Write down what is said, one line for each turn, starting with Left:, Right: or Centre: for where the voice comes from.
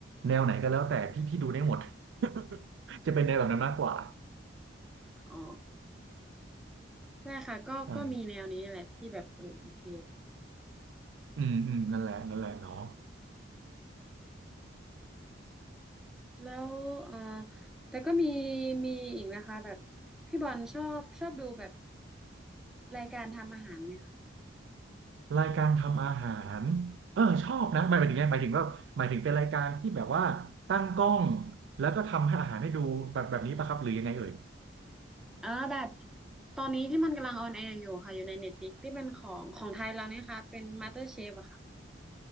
Right: แนวไหนก็แล้วแต่พี่พี่ดูได้หมด <laughs> จะเป็นในวแบบนั้นมากกว่า
Centre: อ๋อ ใช่ค่ะก็ก็มีแนวนี้แหละที่แบบเออโอเค
Right: ใช่อืมอืมนั่นแหละนั่นแหละเนาะ
Centre: แล้วเอ่อแต่ก็มีมีอีกนะคะแบบพี่บอลชอบชอบดูแบบรายการทำอาหารไหมคะ
Right: รายการทำอาหารเออชอบนะหมายถึงไงหมายถึงว่าหมายถึงเป็นรายการที่แบบว่าตั้งกล้องแล้วก็ทำให้อาหารให้ดูแบบแบบนี้ปะครับหรือยังไงเอ่ย
Centre: เออแบบตอนนี้ที่มันกำลังออนแอร์อยู่ค่ะอยู่ในเน็ตฟลิกที่เป็นของของไทยเราเนี่ยค่ะเป็นม a สเตอร์เชฟอะค่ะ